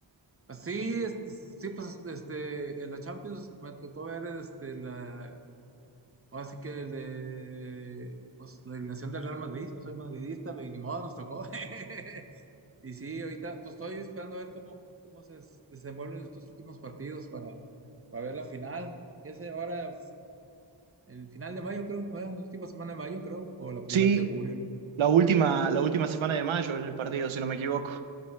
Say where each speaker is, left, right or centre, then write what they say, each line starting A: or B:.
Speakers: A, on the right; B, on the right.
A: Así, este, sí, pues, este, en la Champions me tocó ver, este, la, ahora sí que el de, pues, la eliminación del Real Madrid. Yo soy madridista, pero ni modo, nos tocó. <laughs> Y sí, ahorita, pues, estoy esperando a ver cómo, cómo se desenvuelven estos últimos partidos para, para ver la final. ¿Qué sé ahora? El final de mayo, creo, fue la última semana de mayo, creo, o la primera
B: Sí,
A: de julio.
B: la última, la última semana de mayo es el partido, si no me equivoco.